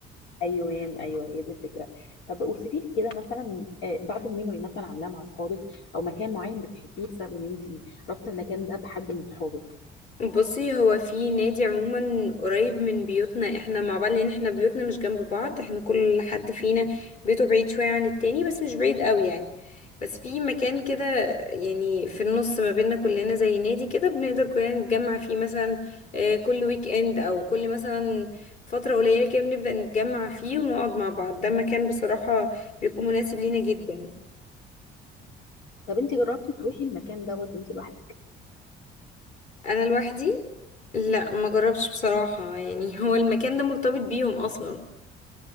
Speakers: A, on the left; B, on the left.
A: ايوه ايوه هي دي الفكره طب اوصفي لي كده مثلا آه، بعض الميموري مثلا عاملاه مع اصحابك او مكان معين بتحبيه بسبب ان انت رابطه المكان ده بحد من اصحابك
B: بصي هو في نادي عموما قريب من بيوتنا احنا مع بعض لان احنا بيوتنا مش جنب بعض احنا كل حد فينا بيته بعيد شوية عن التاني بس مش بعيد قوي يعني بس في مكان كده يعني في النص ما بيننا كلنا زي نادي كده بنقدر كلنا نتجمع فيه مثلا آه، كل ويك اند او كل مثلا فترة قليلة كده بنبدأ نتجمع فيه ونقعد مع بعض ده مكان بصراحة بيكون مناسب لينا جدا
A: طب انت جربتي تروحي المكان دوت وانت لوحدك
B: انا لوحدي لا ما جربش بصراحة يعني <laughs> هو المكان ده مرتبط بيهم اصلا